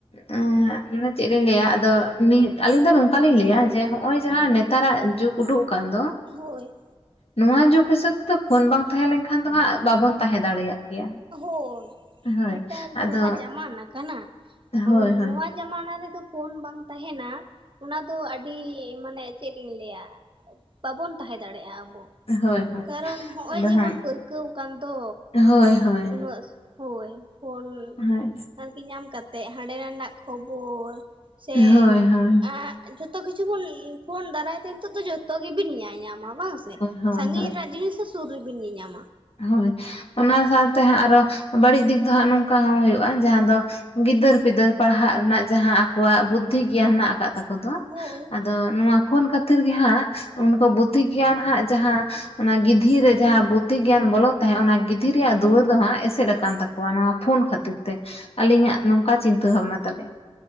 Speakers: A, on the left; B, on the right.
A: ᱟᱸᱻ ᱢᱟᱱᱮ ᱪᱮᱫ ᱞᱤᱧ ᱞᱟᱹᱭᱟ ᱟᱫᱚ ᱩᱱᱤ ᱟᱞᱤᱧ ᱫᱚ ᱱᱚᱝᱠᱟᱞᱤᱧ ᱞᱟᱹᱭᱟ ᱡᱮ ᱦᱚᱸᱜ-ᱚᱭ ᱡᱟᱦᱟᱸ ᱱᱮᱛᱟᱨᱼᱟᱜ ᱡᱩᱜ ᱩᱰᱩᱠ ᱠᱟᱱ ᱫᱚ
B: ᱦᱳᱭ᱾
A: ᱱᱚᱣᱟ ᱡᱩᱜᱽ ᱦᱤᱥᱟᱹᱵ ᱛᱮᱫᱚ ᱯᱷᱳᱱ ᱵᱟᱝ ᱛᱟᱦᱮᱸ ᱞᱮᱝᱠᱷᱟᱱ ᱫᱚ ᱦᱟᱸᱜ ᱵᱟᱵᱚᱱ ᱛᱟᱦᱮᱸ ᱫᱟᱲᱮᱭᱟᱜ ᱠᱮᱭᱟ᱾
B: ᱦᱳᱭ,
A: ᱦᱳᱭ
B: ᱱᱮᱛᱟᱨ
A: ᱟᱫᱚ
B: ᱡᱟᱦᱟᱸ ᱡᱟᱢᱟᱱᱟ ᱠᱟᱱᱟ
A: ᱦᱳᱭ
B: ᱳᱱ
A: ᱦᱳᱭ
B: ᱱᱚᱣᱟ ᱡᱟᱢᱟᱱᱟ ᱨᱮ ᱫᱚ ᱯᱷᱳᱱ ᱵᱟᱝ ᱛᱟᱦᱮᱸᱱᱟ, ᱚᱱᱟ ᱫᱚ ᱟᱰᱤ ᱢᱟᱱᱮ ᱪᱮᱫ ᱞᱤᱧ ᱞᱟᱹᱭᱟ ᱵᱟᱵᱚᱱ ᱛᱟᱦᱮᱸ ᱫᱟᱲᱮᱭᱟᱜᱼᱟ ᱟᱵᱚ,
A: ᱦᱳᱭ ᱦᱳᱭ
B: ᱠᱟᱨᱚᱱ ᱦᱚᱸᱜᱼᱚᱭ
A: ᱟᱫᱚ
B: ᱡᱮᱵᱚᱱ
A: ᱦᱟᱸᱜ
B: ᱯᱟᱹᱨᱠᱟᱹᱣ ᱟᱠᱟᱱ ᱫᱚ
A: ᱦᱳᱭ ᱦᱳᱭ᱾
B: ᱵᱟᱥ ᱦᱳᱭ ᱯᱷᱳᱱ,
A: ᱦᱳᱭ
B: ᱟᱨᱠᱤ ᱧᱟᱢ ᱠᱟᱛᱮᱫ ᱦᱟᱸᱰᱮ ᱱᱟᱰᱮᱱᱼᱟᱜ ᱠᱷᱚᱵᱚᱨ ᱥᱮᱻ,
A: ᱦᱳᱭ ᱦᱳᱭ ᱦᱳᱭ
B: ᱟᱜ ᱡᱷᱚᱛᱚ ᱠᱤᱪᱷᱩ ᱵᱚᱱ ᱯᱷᱳᱱ ᱫᱟᱨᱟᱭ ᱛᱮ ᱱᱤᱛᱚᱜ ᱫᱚ ᱡᱷᱚᱛᱚ ᱜᱮᱵᱤᱱ ᱧᱟ ᱧᱟᱢᱟ᱾ ᱵᱟᱝ ᱥᱮ?
A: ᱦᱳᱭ
B: ᱥᱟᱺᱜᱤᱧ
A: ᱦᱳᱭ
B: ᱨᱮᱱᱟᱜ ᱡᱤᱱᱤᱥ ᱦᱚᱸ ᱥᱩᱨ ᱨᱮᱵᱤᱱ ᱧᱮ-ᱧᱟᱢᱟ᱾
A: ᱦᱳᱭ, ᱚᱱᱟ ᱥᱟᱶᱛᱮ ᱦᱟᱸᱜ ᱟᱨᱚ ᱵᱟᱹᱲᱤᱡ ᱫᱤᱠ ᱫᱚ ᱦᱟᱸᱜ ᱱᱚᱝᱠᱟ ᱦᱚᱸ ᱦᱩᱭᱩᱜᱼᱟ, ᱡᱟᱦᱟᱸ ᱫᱚ ᱜᱤᱫᱟᱹᱨ ᱯᱤᱫᱟᱹᱨ ᱯᱟᱲᱦᱟᱜ ᱨᱮᱱᱟᱜ ᱡᱟᱦᱟᱸ ᱟᱠᱩᱣᱟᱜ ᱵᱩᱫᱽᱫᱷᱤ ᱜᱮᱭᱟᱱ ᱢᱮᱱᱟᱜ ᱟᱠᱟᱫ ᱛᱟ ᱠᱚ ᱫᱚ,
B: ᱦᱳᱭ
A: ᱟᱫᱚ ᱱᱚᱣᱟ ᱯᱷᱳᱱ ᱠᱷᱟᱹᱛᱤᱨ ᱜᱮ ᱦᱟᱸᱜ ᱩᱱᱠᱩ ᱵᱩᱫᱽᱫᱷᱤ ᱜᱮᱭᱟᱱ ᱦᱟᱸᱜ ᱡᱟᱦᱟᱸ ᱚᱱᱟ ᱜᱤᱫᱷᱤ ᱨᱮ ᱡᱟᱦᱟᱸ ᱵᱩᱫᱽ ᱫᱷᱤ ᱜᱮᱭᱟᱱ ᱵᱚᱞᱚᱜ ᱛᱟᱦᱮᱸᱫ ᱚᱱᱟ ᱜᱤᱫᱷᱤ ᱨᱮᱭᱟᱜ ᱫᱩᱣᱟᱹᱨ ᱫᱚ ᱦᱟᱸᱜ ᱮᱥᱮᱫ ᱟᱠᱟᱱ ᱛᱟᱠᱚᱣᱟ, ᱱᱚᱣᱟ ᱯᱷᱳᱱ ᱠᱷᱟᱹᱛᱤᱨ ᱛᱮ᱾ ᱟᱹᱞᱤᱧᱼᱟᱜ ᱱᱚᱝᱠᱟ ᱪᱤᱱᱛᱟᱹ ᱵᱷᱟᱵᱱᱟ ᱛᱟᱞᱮ᱾